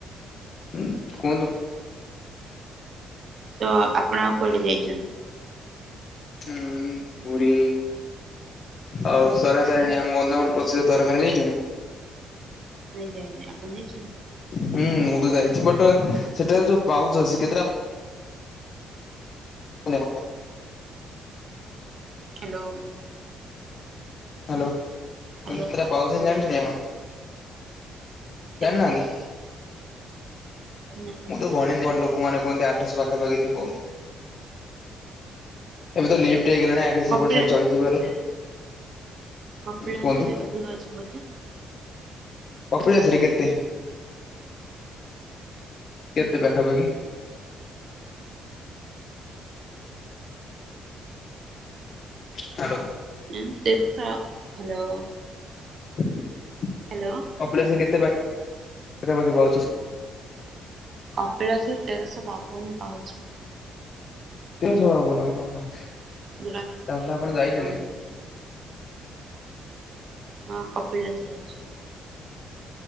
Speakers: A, on the left; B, on the right.
A: ହୁଁ କୁହନ୍ତୁ।
B: ତ ଆପଣ ଆଉ କୁଆଡ଼େ ଯାଇଛନ୍ତି?
A: ହୁଁ ପୁରୀ ଆଉ ତରା ତାରିଣୀ ଆମ ଗଞ୍ଜାମର ପ୍ରସିଦ୍ଧ ତାରା ତାରୀ ଯାଇଚୁ ନା?
B: ନାଇଁ ଯାଇନେଇ ଆପଣ ଯାଇଛନ୍ତି?
A: ହୁଁ ମୁଁ ତ ଯାଇଚି ବଟ ସେଠାରେ ଯୋଉ ପାଉଛ ଅଛି କେତେଟା ହ୍ୟାଲୋ
B: ହ୍ୟାଲୋ
A: ହ୍ୟାଲୋ
B: ହ୍ୟାଲୋ
A: ଗ କେଟା ପାଉ
B: ହଁ
A: ଦିନ ଜାଣିଛନ୍ତି ଆଣ?
B: କେତେଟା
A: ଜାଣି ନାହାଁନ୍ତି
B: ନାଁ
A: ମୁଁ ତ ଗଣିନି ଲୋକାନ କୁନ୍ତି ଆଠଶ ପାଖାପାଖିୁହନ୍ତି
B: ଆଚ୍ଛା
A: ଏବେ ତ ଲିଫଟ୍ ହେଇଗଲାଣି ଆଗେ
B: କପିଳାସ
A: ସେପଟ ଚଳିଯିବାରୁ
B: କପଳ
A: କୁହନ୍ତୁ
B: ଆସ ଅଧିବାଜୀ ମ
A: କପିଳାସ ରେ କେତେ କେତେ ପାଖାପାଖି? ହ୍ୟାଲୋ
B: ସେ ହ୍ୟାଲୋ
A: ହ
B: ହ୍ୟାଲୋ
A: କପିଳାସ କେତେ ପାଖ ପାଖାାଖି
B: କପିଳାଶ ତେରଶ ବାବନ ପାହୁଛ।
A: ସବ ଭବନ ବା ତାପଲେ
B: ଯୋଉଟା ଆମେ
A: ଆପଣ ଯାଇଛନ୍ତି।
B: ହଁ ହଁ କପିଳାସ ଯାଇଛୁ